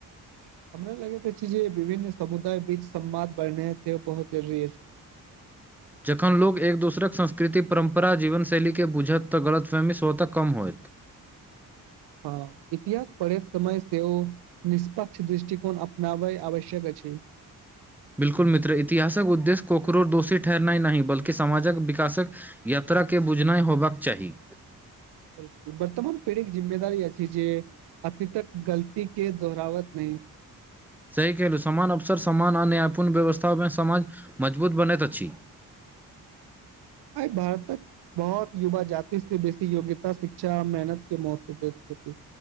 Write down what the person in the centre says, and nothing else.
जखन लोक एक दोसरक संस्कृति परम्परा जीवनशैलीके बुझत तऽ गलतफहमीस ओतऽ कम होयत
बिल्कुल मित्र इतिहासक उद्देश्य ककरो दोषी ठहनाइ नही बल्कि समाजक विकासक यात्रा के बुझनाय होबक चाही
सही केलौ समान अवसर समान आ न्यायपूर्ण व्यवस्था मे समाज मजबूत बनैत अछि